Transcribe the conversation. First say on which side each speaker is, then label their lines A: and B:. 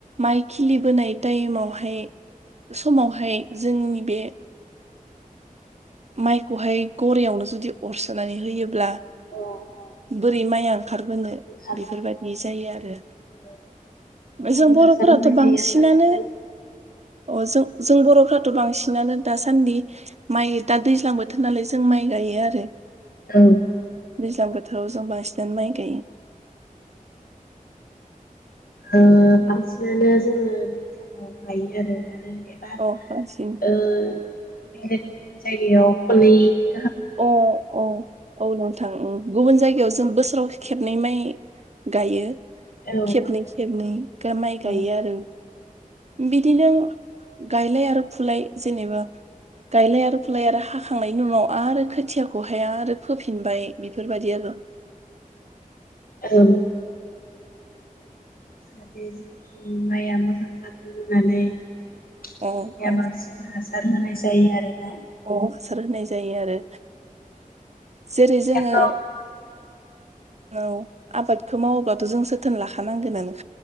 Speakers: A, on the right; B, on the left.
A: माइ खिलिबोनाय टाइमावहाय समावहाय जोंनि बे माइखौहाय गरेयावनो जुदि अरसोनानै होयोब्ला
B: औ अ अ
A: बोरै माइआ ओंखारग होनो
B: ओंखारनो
A: बेफोरबायदि
B: औ
A: जायो आरो
B: बेनि थाखायनो
A: बे जों बर'फोराथ
B: हासार होनाय
A: बांसिनानो
B: जायो आरोना बांसिन
A: अ जों जों बरफ्राथ बांसिनानो दासान्दि माइ दा दैज्लां बोथोर नालाय जों माइ गायो आरो।
B: औ
A: दैज्लां बोथोराव जों बांसिनानै माइ गायो।
B: ओ बांसिनानो जोङो दैज्लाङाव गायो आरो आरो एबा
A: औ बांसिन
B: ओ बे <unintelligible> जायगायाव खननै
A: अ अ औ नोंथां उम गुबुन जायगायावसो जों बोसोराव खेबनै माइ गायो
B: औ
A: खेबनै खेबनै गा माइ गायो
B: औ
A: आरो। बिदिनो गायलाय आरो फुलाय जेनेबा गायलाय आरो फुलाय आरो हाखांनायनि उनाव आरो खोथियाखौहाय आरो फोफिनबाय बेफोरबायदि आरो।
B: औ जाहाथे जोंनि माइया मोजां जाथों होननानै जोंनिया
A: अ अ
B: बांसिन हासार होनाय जायो आरोना।
A: अ हासार होनाय जायो आरो। जेरै
B: खोथियाखौ
A: जोङो औ आबादखौ मावोबाथ जों जोथोन लाखानांगोनानो